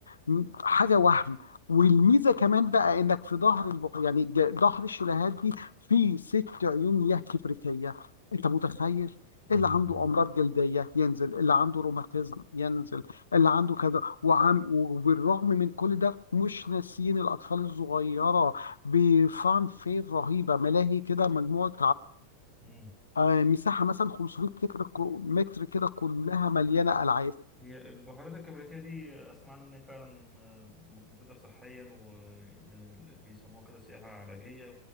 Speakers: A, on the left; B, in the centre.
A: م- حاجة وهم والميزة كمان بقى انك في ظهر البحيرة يعني ج- ظهر الشلالات دي في ست عيون مياه كبريتية انت متخيل
B: امم
A: اللي عنده امراض جلدية ينزل اللي عنده روماتيزم ينزل اللي عنده كذا وعم وبالرغم من كل ده مش ناسيين الاطفال الصغيرة بفان فير رهيبة ملاهي كده مجموعة
B: امم
A: آه، مساحه مثلا 500 متر كو- متر كده كلها مليانه العاب
B: هي البهارات الكبريتية دي أسمع عنها إن هي فعلا آه، م- مفيدة صحيا ومن ال- بيسموها كده سياحة علاجية